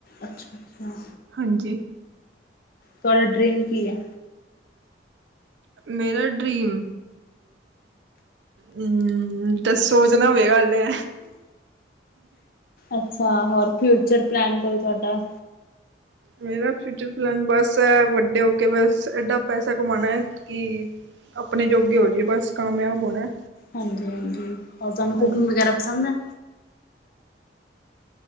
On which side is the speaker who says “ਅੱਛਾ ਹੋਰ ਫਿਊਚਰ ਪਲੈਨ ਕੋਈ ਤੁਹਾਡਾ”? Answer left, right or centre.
Left